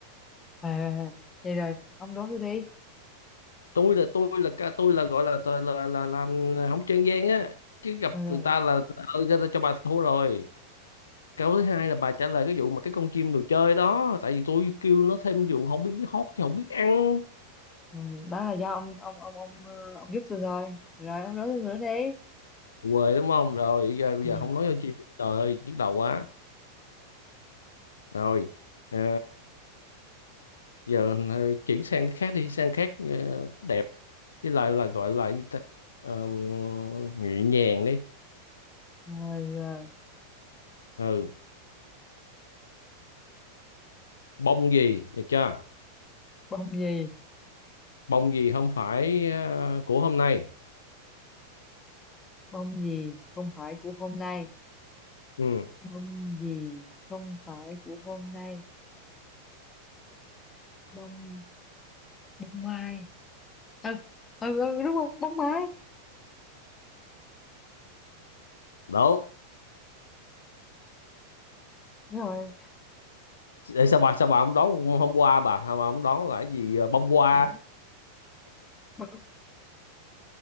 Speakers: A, on the left; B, on the left.
A: hoài hoài vậy rồi ông đố tôi đi
B: tôi là tôi là ca- tôi là gọi là là là, là làm không trang gian á chứ gặp
A: ừ, rồi.
B: người ta là ờ, người ta cho bà thua rồi câu thứ hai là bà trả lời cái vụ mà cái con chim đồ chơi đó tại vì tôi kêu nó thêm vụ không biết hót chứ không biết ăn
A: ừ, đó là do ông ông ông ông ờ, ông giúp tôi thôi rồi ông đố tôi nữa đi
B: quê đúng không rồi giờ bây
A: ừ.
B: giờ không nói con chim trời ơi nhức đầu quá rồi À, giờ ờ, chuyển sang cái khác đi sang khác ờ, đẹp với lại là gọi là gì ta Ờ, nhẹ nhàng đi
A: rồi, rồi
B: ừ bông gì được chưa
A: bông gì
B: bông gì không phải ờ, của hôm nay
A: bông gì không phải của hôm nay
B: ừ
A: bông gì không phải của hôm nay bông bông mai ừ, ừ, ừ đúng rồi bóng máy
B: đúng
A: rồi
B: Để sao bà sao bà không đón hôm qua bà sao bà không đón là cái gì ờ, bông hoa
A: rồi. bóng